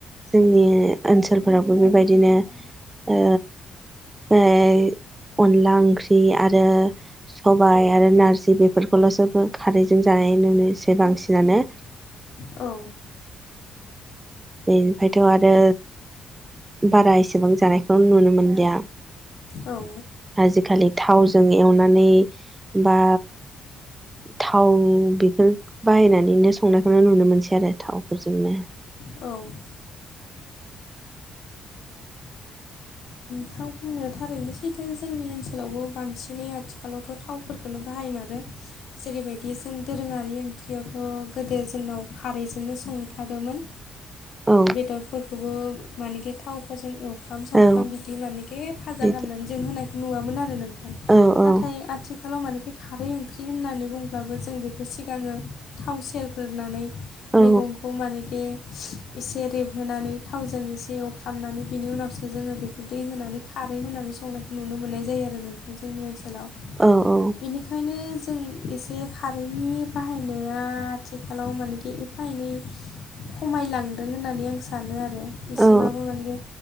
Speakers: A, on the right; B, on the left.
A: जोंनि ओनसोलफोरावबो बेबायदिनो ओ ओ अनला ओंख्रि आरो सबायाइ आरो नारजि बेफोरखौल'सो खारैजों जानाय नुनो एसे बांसिनानो
B: औ
A: बेनिफ्रायथ' आरो बारा एसेबां जानायखौ नुनो मोनलिया
B: औ
A: आजिखालि थावजों एवनानै बा थाव बेफोर बाहायनानैनो संनायखौनो नुनो मोनसै आरो थावफोरजोंनो
B: औ थां बुंनाय थारैनो सैथो जोंनि ओनसोलावबो बांसिनै आथिखालावथ' थावफोरखौनो बाहायमारो जेरैबायदि जों दोरोङारि ओंख्रियावथ' गोदो जोंनाव खारैजोंनो संथारोमोन
A: औ
B: बेदरफोरखौबो माने थावफोरजों एवफ्राम सावफ्राम
A: औ
B: बिदि माने फाजा
A: बिदि
B: खालामनानै जों होनायखौ नुवोन आरो नोंथां
A: औ
B: ना
A: औ
B: आथि खालाव मानेखि खारै ओंख्रि होननानै बुंब्लाबो जों बेखौ सिगाङो थाव सेरग्रोनानै
A: औ
B: मैगंखौ मानखे एसे रेबहोनानै थावजों एसे एवफ्रामनानै बिनि उनावसो जोङो बेखौ दै होनानै खारै होनानै संनायखौ नुनो मोननाय जायो आरो नोंथां जोंनि ओनसोलाव
A: औ औ
B: बेनिखायनो जों एसे खारैनि बाहायनाया आथिखालाव मानेखि फायनै खमायलांदों होननानै आं सानो आरो एसेबाबो
A: औ
B: मानेखे